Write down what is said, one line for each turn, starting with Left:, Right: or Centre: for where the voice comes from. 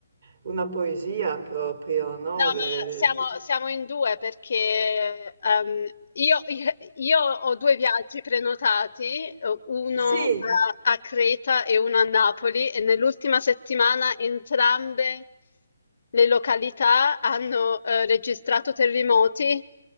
Right: una poesia proprio, no?
Left: No,
Right: Eh,
Left: ma siamo, siamo in due perché ehm, io, io io ho due viaggi prenotati, eh, uno
Right: sì,
Left: a, a Creta e uno a Napoli, e nell'ultima settimana entrambe le località hanno eh, registrato terremoti,